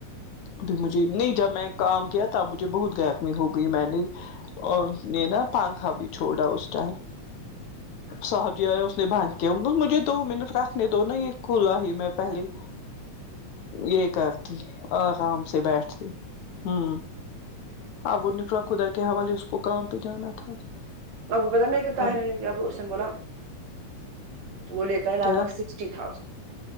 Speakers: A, on the left (about 65°); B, on the right (about 85°).
A: ابھی مجھے نہیں جب میں کام کیا تب مجھے بہت گرہمی ہو گئی میں نے اور اس نے نا پنکھا بھی چھوڑا اس ٹائم صاحب جی آئے اس نے باندھ کیا مجھے دو منٹ رکھنے دو نا یہ کھلا ہی میں پہلی یہ کر تی آرام سے بیٹھتی ہوں ابو نفر خدا کے حوالے اس کو کہاں پہ جانا تھا
B: اپ کو پتہ ہے میرے کو تاحیرا
A: اب
B: نے کیا کوسچن بولا وہ لیتا ہے لگ
A: کیا
B: بھگ سکس ٹی تھاؤزنڈ